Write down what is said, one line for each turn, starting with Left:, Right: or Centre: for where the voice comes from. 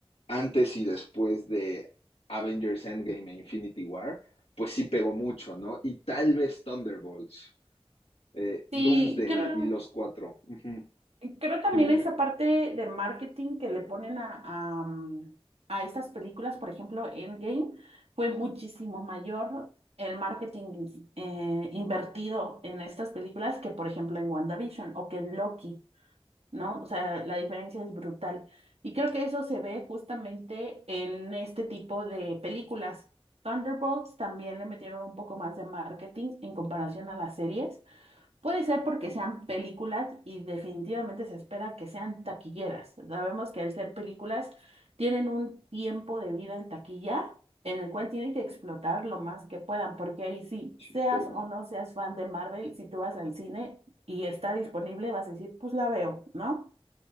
Left: antes y después de Avengers Endgame e Infinity War, pues sí pegó mucho, ¿no? Y tal vez Thunderbolts, eh, Doomsday
Right: Sí, creo.
Left: y los cuatro. Uh -huh.
Right: Creo también
Left: Dime, dime.
Right: esa parte de marketing que le ponen a, a, mm, a estas películas, por ejemplo, Endgame, fue muchísimo mayor el marketing eh, invertido en estas películas que, por ejemplo, en WandaVision o que en Loki, ¿no? O sea, la diferencia es brutal. Y creo que eso se ve justamente en este tipo de películas. Thunderbolts también le metieron un poco más de marketing en comparación a las series Puede ser porque sean películas y definitivamente se espera que sean taquilleras. Sabemos que al ser películas tienen un tiempo de vida en taquilla en el cual tienen que explotar lo más que puedan, porque ahí sí,
Left: Sí,
Right: seas
Left: todo.
Right: o no seas fan de Marvel, si tú vas al cine y está disponible, vas a decir, pues la veo, ¿no?